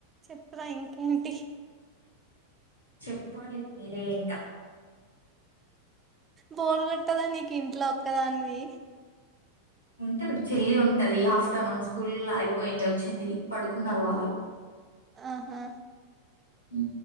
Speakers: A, on the right (about 20°); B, on the left (about 90°).
A: చెప్ర ఇంకేంటి
B: చెప్పాలి మీరే ఇంక
A: బోరు కొట్టదా నీకు ఇంట్లో ఒక్కదానివి
B: ఉంటరు చెల్లి ఉంటది ఆఫ్టర్నూన్ స్కూల్ అయిపోయింది వచ్చింది పడుకున్నరు వాళ్ళు
A: ఆహా
B: హ